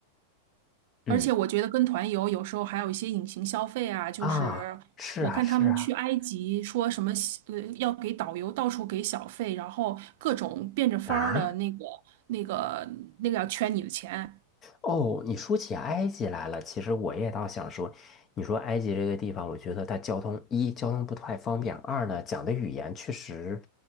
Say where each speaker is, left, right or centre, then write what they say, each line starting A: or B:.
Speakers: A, on the left (about 25°); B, on the right (about 60°).
A: 嗯，
B: 而且我觉得跟团游有时候还有一些隐形消费啊，就是我看他们去埃及说什么呃要给导游到处给小费，
A: 啊，是啊，是啊，
B: 然后各种变着法儿的那个那个那个要圈你的钱。
A: 啊。哦，你说起埃及来了，其实我也倒想说，你说埃及这个地方，我觉得它交通一交通不太方便，二呢讲的语言确实